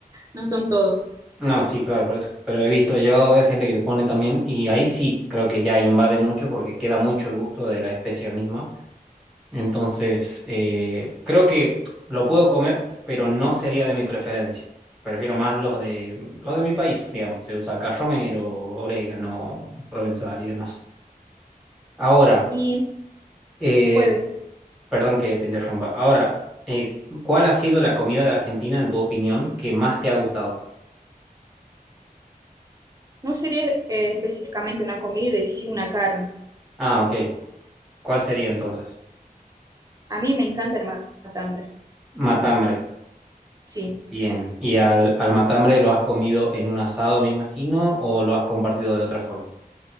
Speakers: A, on the right; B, in the centre.
A: no son todos.
B: No, sí, claro, por eso. Pero he visto, he llegado a ver gente que lo pone también y ahí sí creo que ya invade mucho porque queda mucho el gusto de la especia misma. Entonces, eh, creo que lo puedo comer, pero no sería de mi preferencia. Prefiero más los de los de mi país, digamos. Se usa acá romero, orégano, provenzal y demás. Ahora,
A: Y
B: eh,
A: pues
B: Perdón que te interrumpa. Ahora, eh, ¿cuál ha sido la comida de Argentina, en tu opinión, que más te ha gustado?
A: no sería eh, específicamente una comida y sí una carne.
B: Ah, ok. ¿Cuál sería entonces?
A: A mí me encanta el matambre,
B: Matambre.
A: sí,
B: Bien. ¿Y al, al matambre lo has comido en un asado, me imagino, o lo has compartido de otra forma?